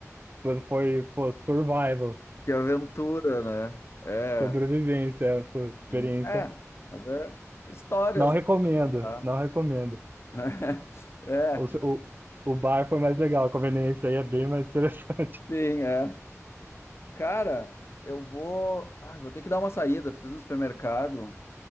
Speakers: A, on the right; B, on the left.
A: Foi, foi, pô, survival,
B: que aventura, né? É,
A: sobrevivência, pô, experiência.
B: sim. É, mas é histórias
A: Não recomendo,
B: pra contar.
A: não recomendo.
B: <laughs> É,
A: O, o, o bar foi mais legal, a conveniência aí é bem mais interessante. <laughs>
B: sim, é. Cara, eu vou. Ai, vou ter que dar uma saída, preciso ir no supermercado